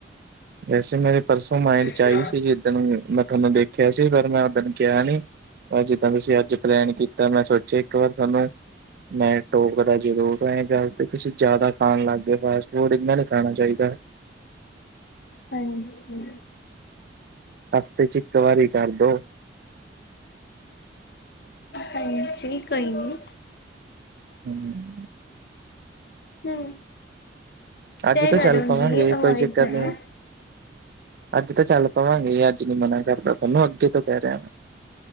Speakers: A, on the right (about 55°); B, on the left (about 60°).
A: ਵੈਸੇ ਮੇਰੇ ਪਰਸੋਂ ਮਾਇੰਡ
B: ਹਾਂਜੀ
A: ਚ ਆਈ ਸੀ ਜਿੱਦਣ ਮੈਂ ਤੁਹਾਨੂੰ ਦੇਖਿਆ ਸੀ ਪਰ ਮੈਂ ਉਦਣ, ਕਿਹਾ ਨੀ ਅਜ ਜਿੱਦਾਂ ਤੁਸੀਂ ਅੱਜ ਪਲੈਨ ਕੀਤਾ ਮੈਂ ਸੋਚਿਆ ਇੱਕ ਵਾਰ ਥੋਨੂੰ, ਮੈਂ ਟੋਕਦਾ ਜਰੂਰ ਹੈਗਾ ਤਾਂ ਇਹ ਗੱਲ ਤੁਸੀਂ ਜ਼ਿਆਦਾ ਖਾਣ ਲੱਗ ਗਏ ਫਾਸਟ ਫੂਡ ਇਨਾ ਨੀ ਖਾਣਾ ਚਾਹੀਦਾ ਆ।
B: ਹਾਂਜੀ।
A: ਹਫਤੇ ਚ ਇੱਕ ਵਾਰੀ ਕਰਦੋ।
B: ਹਾਂਜੀ, ਕੋਈ ਨੀ।
A: ਹਮ।
B: ਹਮ।
A: ਅੱਜ
B: ਤੇ
A: ਤਾਂ
B: ਕਰੂੰਗੀ
A: ਚੱਲ ਪਵਾਂਗੇ
B: ਅਵੋਇਡ
A: ਕੋਈ ਚੱਕਰ
B: ਕਰਾਂ।
A: ਨੀ। ਅੱਜ ਤਾਂ ਚੱਲ ਪਵਾਂਗੇ, ਅੱਜ ਨੀ ਮਨਾ ਕਰਦਾ ਤੈਨੂੰ ਅੱਗੇ ਤੋਂ ਕਹਿ ਰਿਹਾ ਮੈਂ।